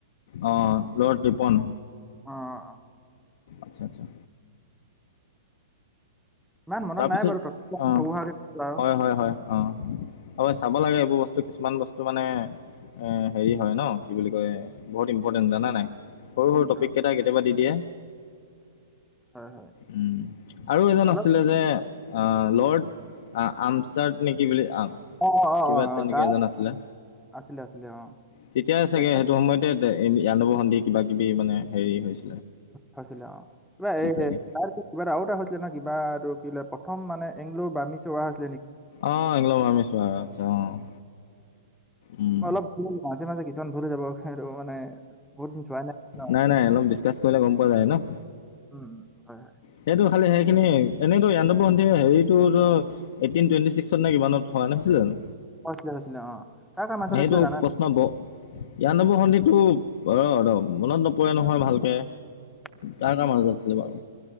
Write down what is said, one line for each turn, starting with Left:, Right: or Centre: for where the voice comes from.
Left: অহ', লৰ্ড ৰিপন?
Centre: অঁ অঁ
Left: আচছা আচছা।
Centre: ইমান মনত
Left: তাৰপিছত
Centre: নাই বাৰু তথাপিও মোক
Left: অ,
Centre: সৰু সুৰাকে কৈছো আৰু
Left: 'হয়' 'হয়' 'হয়' অ, হয়, চাব লাগে এই বোৰ বস্তু, কিছুমান বস্তু মানে এ হেৰি হয় ন' কি বুলি কয়, বহুত ইম্পৰ্টেন্ট জানা নাই? সৰু
Centre: উম,
Left: সৰু টপিক
Centre: অ,
Left: কেইটা কেতিয়াবা দি দিয়ে।
Centre: হয় হয়
Left: উম, আৰু এজন
Centre: অলপ
Left: আছ লে যে, আহ' লৰ্ড আ-আমচাৰ্ড নে কি বুলি
Centre: অঁ অঁ
Left: কিবা
Centre: অঁ
Left: তেনেকে
Centre: অঁ তাৰ
Left: এজন আছিলে।
Centre: আছিলে আছিলে অঁ
Left: তেতিয়াই চাগে
Centre: তেখেত
Left: সেইটো সময়তে ই-ইয়াণ্ডাবু সন্ধি কিবা কিবি মানে হেৰি হৈছ
Centre: হৈছিলে অ, কিবা এই
Left: চাগে
Centre: তাৰ কিবা এটা আৰু এটা হৈছিলে নহয় কিবা এ <unintelligible> প্ৰথম মানে এংল'ৰ বামি চোৱা হৈছ
Left: অহ', ইংলো বামিচোৱা আটচা অ', উম
Centre: অলপ মাজে মাজে কিছুমান ভুল হৈ যাব সেইটো মানে বহুত দিন চোৱাই ন
Left: নাই নাই অলপ ডিচকাছ কৰিলে গম পোৱা যায় ন'।
Centre: উম হয় হয়
Left: সেইটো খালি সেইখিনি, এনেইতো ইয়াণ্ডাবু সন্ধি হেৰিটো এইটো এইটিন টুৱেন্টি ছিক্সত নে কিমানত হোৱা নাছিলে জানো?
Centre: হৈছিলে হৈছিলে অ কাৰ কাৰ মাজত হৈছিলে
Left: এইটো
Centre: জানা
Left: প্ৰশ্ন ব, ইয়াণ্ডাবু সন্ধিত এইটো ৰ ৰ মনত নপৰে নহয় ভালকে,
Centre: উম,
Left: কাৰ কাৰ মাজত আছে? এই বাৰো